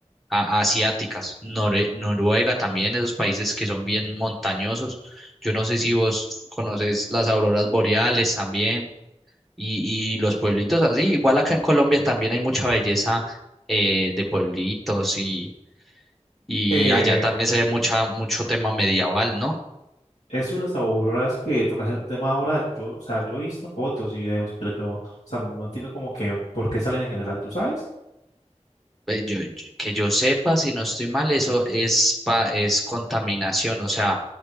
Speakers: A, in the centre; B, on the left.
A: a- asiáticas, Nore- Noruega también, esos países que son bien montañosos. Yo no sé si vos conoces las auroras boreales también y, y los pueblitos así. Igual acá en Colombia también hay mucha belleza eh, de pueblitos y, y
B: Eh,
A: allá también se ve mucha, mucho tema medieval, ¿no?
B: eso de las auroras que tocas el tema ahora, yo, o sea, yo he visto fotos y videos, pero yo, o sea, no entiendo como que por qué salen en general, ¿tú sabes?
A: Eh, Yo, yo- que yo sepa, si no estoy mal, eso es, pa- es contaminación, o sea,